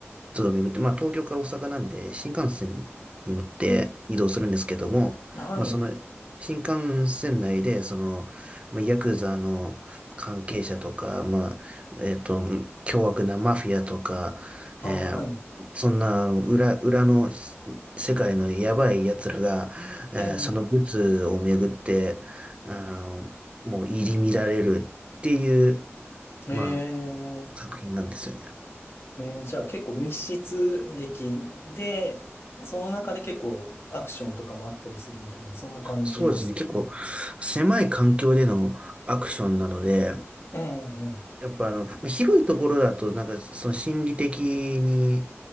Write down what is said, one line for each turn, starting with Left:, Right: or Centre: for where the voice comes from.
Right: 都道を巡って、まあ東京から大阪なんで新幹線に乗って移動するんですけども、
Left: えはい。
Right: まあその新幹線内で、その、まあ、ヤクザの関係者とか、まあ、えっと、凶悪なマフィアとか、
Left: ああ、
Right: えーそんなあの裏、
Left: はい。
Right: 裏の世界のやばい奴らが、えーそのブツを巡って、
Left: ええ、
Right: あの、もう入り乱れるっていう、
Left: ええ、
Right: まあ、作品なんですよね。
Left: ええじゃあ結構密室劇で、その中で結構アクションとかもあったりするみたいな、そんな感じですか
Right: そうですね。結構狭い環境でのアクションなので、
Left: ええ、ええ、え
Right: やっぱあの、広いところだと、なんかその心理的に、